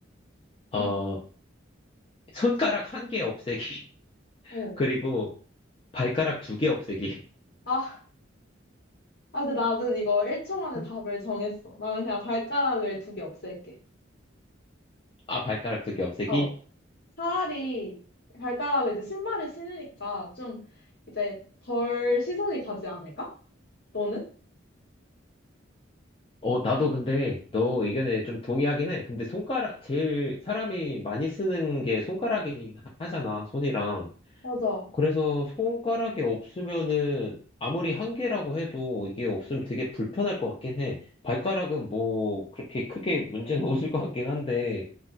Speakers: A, on the left; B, on the left.
A: 어,
B: 응,
A: 손가락 한 개 없애기. <laughs>
B: 어.
A: 그리고 발가락 두 개 없애기.
B: 아, 아, 근데 나는 이거 1초
A: <laughs>
B: 만에 답을 정했어. 나는 그냥 발가락을 두 개 없앨게.
A: 아, 발가락 두 개 없애기?
B: 어. 차라리 발가락을 이제 신발을 신으니까 좀 이제 덜 시선이 가지 않을까? 너는?
A: 어, 나도 근데 너 의견에 좀 동의하긴 해. 근데 손가락, 제일 사람이 많이 쓰는 게 손가락이긴 하잖아, 손이랑.
B: 맞아.
A: 그래서 손가락이 없으면은 아무리 한 개라고 해도 이게 없으면 되게 불편할 것 같긴 해. 발가락은 뭐 그렇게 크게 문제는 <laughs> 없을 것 같긴 한데,